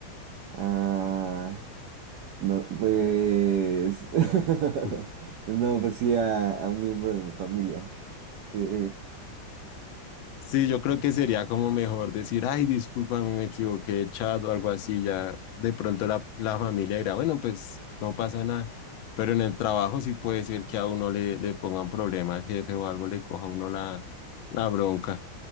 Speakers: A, on the right; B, on the left.
A: Ah, no, pues, <laughs> pues
B: <laughs>
A: no, pues sí a, a un miembro de mi familia. Sí, <laughs>
B: Sí, yo creo que sería como mejor decir, ay, discúlpame, me equivoqué, chat o algo así. Ya de pronto la, la familia dirá, bueno, pues no pasa nada. Pero en el trabajo sí puede ser que a uno le, le pongan problema al jefe o algo, le coja a uno la, la bronca.